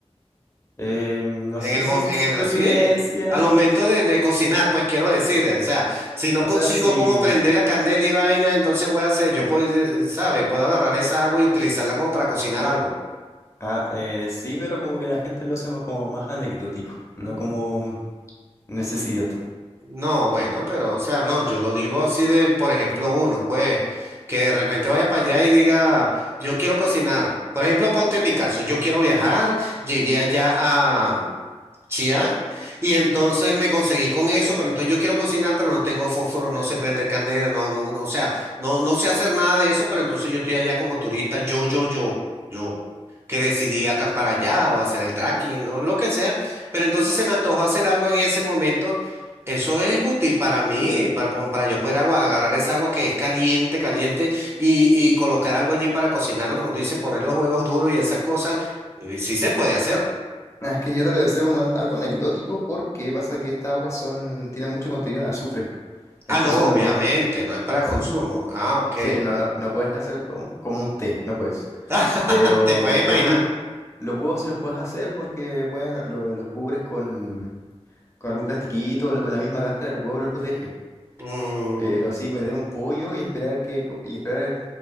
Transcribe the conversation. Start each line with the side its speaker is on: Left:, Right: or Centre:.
Left: <laughs> eh, no
Right: En
Left: sé
Right: el,
Left: si
Right: mom-
Left: es
Right: en
Left: supervivencia.
Right: el, sí, al momento de, de cocinar, pues quiero decir, o sea, si no
Left: O
Right: consigo
Left: sea, sí.
Right: cómo prender la candela y vaina, entonces voy a hacer, yo puedo, eh, eh, ¿sabe? Puedo agarrar esa agua y utilizarla como para cocinar algo.
Left: Ah, eh, sí, pero como que la gente lo hace más- como más anecdótico, no como necesidad.
Right: No, bueno, pero, o sea, no, yo lo digo así de, por ejemplo, uno, pues, que de repente vaya para allá y diga, yo quiero cocinar. Por ejemplo, ponte en mi caso, yo quiero viajar, llegué allá a mm, Chiang y entonces me conseguí con eso, pero entonces yo quiero cocinar, pero no tengo fósforo, no sé prender candela, no, no, no, o sea, no, no sé hacer nada de eso, pero entonces yo estoy allá como turista, yo, yo, yo, yo, que decidí acampar allá o hacer el trekking o lo que sea, pero entonces se me antojó hacer algo en ese momento eso es útil para mí, para, como para yo poder agua, agarrar esa agua que es caliente, caliente, y, y colocar algo allí para cocinarlo, como tú dices, poner los huevos duros y esas cosas. eh, Sí se puede hacer.
Left: Ah, Es que yo te lo decía como al- algo anecdótico porque pasa que estas aguas son, tienen mucho contenido en azufre. Entonces
Right: Ah, no, obviamente,
Left: no puedes,
Right: no es para
Left: sí,
Right: consumo. Ah, ok.
Left: sí, no, no, no puedes hacer como, como un té, no puedes.
Right: <laughs> Ah,
Left: Pero,
Right: te puedes imaginar.
Left: por ejemplo, Los huevos sí los puedes hacer porque, bueno, lo- los cubres con, con algún plastiquito o la o la misma cáscara, los huevos los protege.
Right: Mm,
Left: Pero sí, vender un pollo y esperar que, co- y esperar,